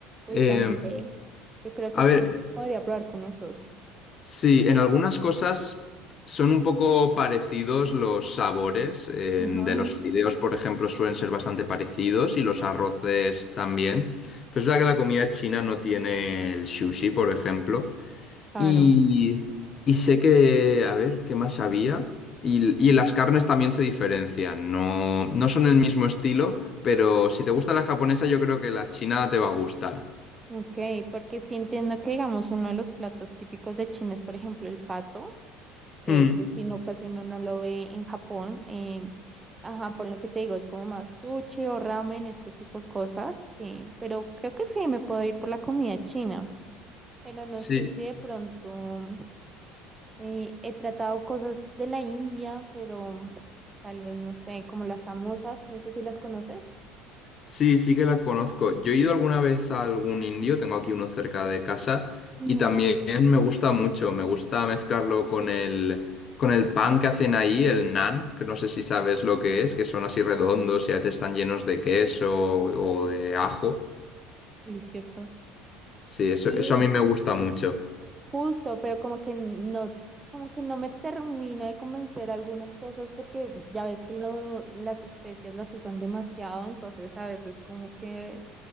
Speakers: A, on the right; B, on the left.
A: Justamente.
B: Eh,
A: Yo creo que
B: a ver,
A: podría probar con esos.
B: sí, en algunas cosas son un poco parecidos los sabores. en-
A: Ujú,
B: de los fideos, por ejemplo, suelen ser bastante parecidos y los arroces también. Pero es verdad que la comida china no tiene el sushi, por ejemplo.
A: Claro.
B: Y, y sé que, a ver, ¿qué más había? Y, y las carnes también se diferencian. No, no son el mismo estilo, pero si te gusta la japonesa, yo creo que la china te va a gustar.
A: Ok, porque sí entiendo que, digamos, uno de los platos típicos de China es, por ejemplo, el pato, que
B: Hmm,
A: ese si no casi uno no lo ve en Japón. eh, ajá, por lo que te digo, es como más sushi o ramen, este tipo de cosas. eh, pero creo que sí, me puedo ir por la comida china. Pero no
B: sí.
A: sé si de pronto. Eh, he tratado cosas de la India, pero tal vez no sé, como las samosas, no sé si las conoces.
B: Sí, sí que la conozco. Yo he ido alguna vez a algún indio, tengo aquí uno cerca de casa,
A: Ujú,
B: y también me gusta mucho, me gusta mezclarlo con el, con el pan que hacen ahí, el naan, que no sé si sabes lo que es, que son así redondos y a veces están llenos de queso o
A: Ok.
B: de ajo.
A: Deliciosos.
B: Sí, eso,
A: Sí,
B: eso a mí me gusta mucho.
A: justo, pero como que no, como que no me termina de convencer algunas cosas porque ya ves que lo- las especias las usan demasiado, entonces a veces como que,